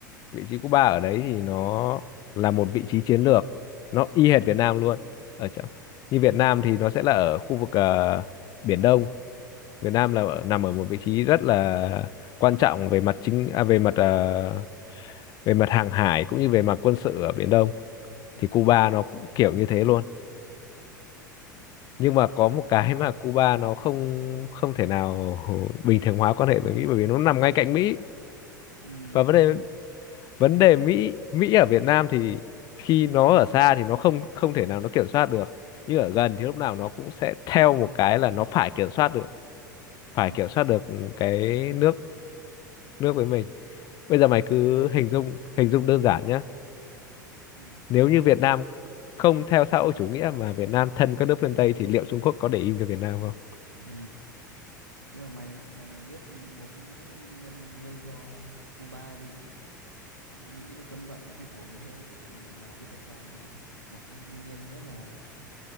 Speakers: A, on the left; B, on the right.
A: vị trí Cuba ở đấy thì nó là một vị trí chiến lược nó y hệt Việt Nam luôn ở chỗ như Việt Nam thì nó sẽ là ở khu vực ờ, Biển Đông Việt Nam là ở- nằm ở một vị trí rất là quan trọng về mặt chính à, về mặt ờ, về mặt hàng hải cũng như về mặt quân sự ở Biển Đông
B: rồi
A: thì Cuba nó cũng kiểu như thế luôn nhưng mà có một cái mà Cuba nó không không thể nào <laughs> bình thường hóa quan hệ với Mỹ bởi vì nó nằm ngay cạnh Mỹ
B: ừ
A: và vấn đề vấn đề Mỹ Mỹ ở Việt Nam thì khi nó ở xa thì nó không không thể nào nó kiểm soát được nhưng ở gần thì lúc nào nó cũng sẽ theo một cái là nó phải kiểm soát được phải
B: ờ
A: kiểm soát được cái nước nước với mình
B: thế
A: bây giờ
B: mày
A: mày
B: biết
A: cứ hình dung hình dung đơn giản nhá
B: ừ
A: nếu như Việt Nam không theo xã hội chủ nghĩa mà Việt Nam thân các nước phương Tây thì liệu Trung Quốc có để im cho Việt Nam không
B: ừ Nhưng mà mày mày mày biết một nguyên- những cái nguyên nhân gây cho Cuba bị Mỹ nó cấm vận kinh khủng thế là biết tại sao nữa không? Một cái nguyên nhân rất là